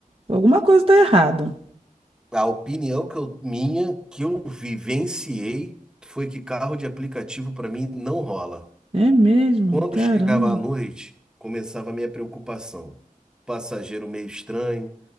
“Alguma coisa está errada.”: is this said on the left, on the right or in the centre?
Right